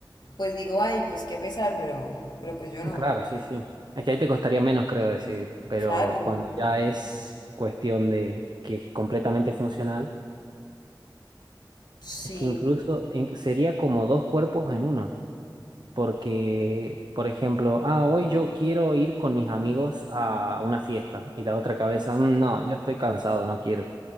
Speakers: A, on the left (about 60°); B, on the right (about 60°).
A: pues digo, ay, pues qué pesar, pero, pero pues yo no.
B: Claro, sí, sí. Es que ahí te costaría menos, creo, decidir, pero
A: Claro,
B: cuando ya es cuestión de que es completamente funcional,
A: sí,
B: es que incluso en- sería como dos cuerpos en uno. Porque, por ejemplo, ah, hoy yo quiero ir con mis amigos a una fiesta y la otra cabeza, "Mm, no, yo estoy cansado, no quiero.